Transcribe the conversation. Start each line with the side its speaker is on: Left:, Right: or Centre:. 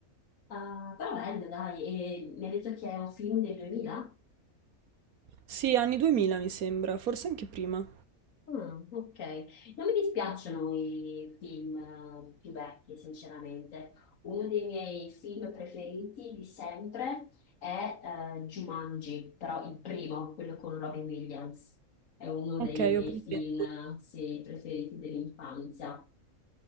Left: Eh, però bello, dai, e mi hai detto che è un film del 2000?
Right: Sì, anni 2000 mi sembra, forse anche prima.
Left: Mm, ok, non mi dispiacciono i film eh, più vecchi, sinceramente. Uno dei miei film preferiti di sempre è eh, Jumanji, però il primo, quello con Robin Williams. È uno
Right: Ok,
Left: dei miei
Right: ho presente.
Left: film, eh, sì, preferiti dell'infanzia.